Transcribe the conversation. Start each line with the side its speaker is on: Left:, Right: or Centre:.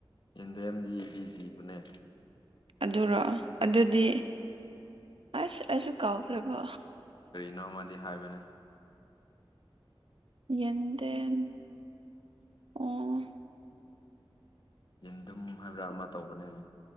Left: ꯌꯦꯟꯗꯦꯝꯗꯤ ꯕꯤ ꯖꯤꯕꯅꯦ
Right: ꯑꯗꯨꯔꯣ ꯑꯗꯨꯗꯤ ꯑꯁ ꯑꯩꯁꯨ ꯀꯥꯎꯈ꯭ꯔꯦꯕꯣ
Left: ꯅꯣꯃꯗꯤ ꯍꯥꯏꯕꯅꯦ
Right: ꯌꯦꯗꯝ ꯑꯣ
Left: ꯌꯦꯟꯗꯨꯨꯝ ꯍꯥꯏꯕ꯭ꯔꯥ ꯑꯃ ꯇꯧꯕꯅꯤꯅꯦ